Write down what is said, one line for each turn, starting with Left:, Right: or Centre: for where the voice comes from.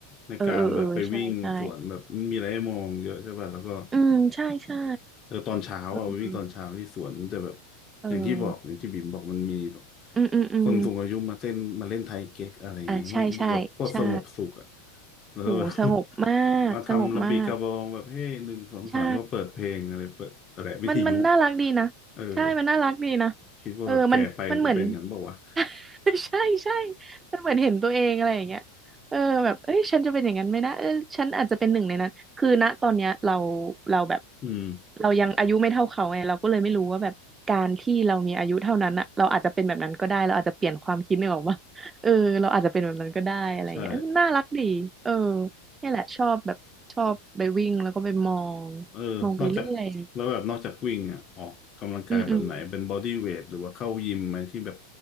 Left: ในการแบบไปวิ่งสวนแบบมันมีอะไรให้มองเยอะใช่ป่ะแล้วก็
Right: เออเออเออใช่ใช่อืมใช่ใช่
Left: เออตอนเช้าอ่ะไปวิ่งตอนเช้าที่สวนมันจะแบบ
Right: เออเออ
Left: อย่างที่บอกอย่างที่บิ่มบอกมันมีแบบ
Right: อืมอืมอืม
Left: คนสูงอายุมาเต้นมาเล่นไทยเก๊กอะไรเงี้ยมันดูแบบโคตรสงบสุขอ่ะ
Right: อ่ะใช่ใช่ใช่
Left: แล้วแบบ
Right: โหสงบมากสงบมาก
Left: <laughs> มาทำระบีกระบองแบบเฮ้ยหนึ่งสองสามก็เปิดเพลงอะไรเปิดแตะวิทยุ
Right: ใช่ มันมันน่ารักดีนะใช่มันน่ารักดีนะ
Left: เออคิดว่าแบบแก่ไปกูเป็นกันเปล่าวะ
Right: เออมันมันเหมือน <laughs> ใช่ใช่มันเหมือนเห็นตัวเองอะไรอย่างเงี้ยเออแบบเอ้ยฉันจะเป็นอย่างนั้นไหมนะเออฉันอาจจะเป็นหนึ่งในนั้นคือณตอนเนี้ยเราเราแบบ
Left: <laughs> อืม
Right: เรายังอายุไม่เท่าเขาไงเราก็เลยไม่รู้ว่าแบบการที่เรามีอายุเท่านั้นอะเราอาจจะเป็นแบบนั้นก็ได้เราอาจจะเปลี่ยนความคิดนึกออกปะเออเราอาจจะเป็นแบบนั้นก็ได้อะไรอย่างเงี้ยเออน่ารักดีเออ
Left: ใช่
Right: เนี่ยแหละชอบแบบชอบไปวิ่งแล้วก็ไปมอง
Left: เออ
Right: มองไปเรื่อย
Left: นอกจากแล้วแบบนอกจากวิ่งอ่ะออกกำลังกายแบบไหนเป็นบอดี้เวทหรือว่าเข้ายิมไหมที่แบบ
Right: อืมอืม